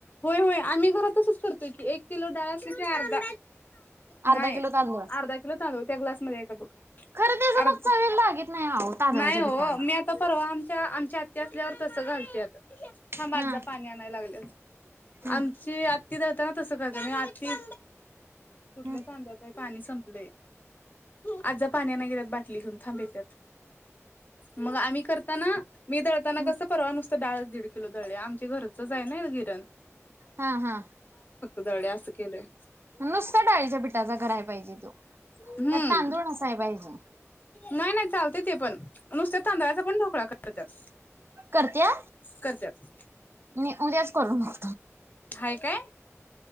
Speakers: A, on the left; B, on the right.
A: होय होय आम्ही घरात तसच करतोय की एक किलो डाळ असली की अर्धा
B: अर्धा
A: नाही
B: किलो तांदूळ
A: अर्धा किलो तांदूळ त्या ग्लासमध्ये आहे की बघ.
B: खरं त्याच
A: आर
B: मग चवीला लागत नाही आहो तांदळाच्या
A: नाही हो
B: पिठाला.
A: मी आता परवा आमच्या अमच्या आत्या आपल्यावर तसं घालत्यात थांब
B: हा.
A: आत जा पाणी आणाय लागल्यात
B: हम्म
A: आमची आत्ती दळताना ना तसं करत, आत्ती
B: हम्म
A: कुठल्या तांब्यात आहे पाणी संप आत जा पाणी आणाया गेलेत बाटली घेऊन. थांब येत्यात मग आम्ही करताना मी दळताना
B: हम्म
A: कस परवा नुस फक्त डाळच दीड किलो दळली आमची घरचच आहे नी गिरण.
B: हा हा.
A: दळली असं केलंय.
B: नुसत्या डाळीच्या पिठाचा कराय पाहिजे त्यो त्यात
A: हम्म
B: तांदूळ नसाय पाहिजे.
A: नाही नाही चालत ते पण नुसत्या तांदळाचा पण ढोकळा करत्यात.
B: करत्या
A: करत्यात
B: मी उद्याच करून बघ
A: हाय काय?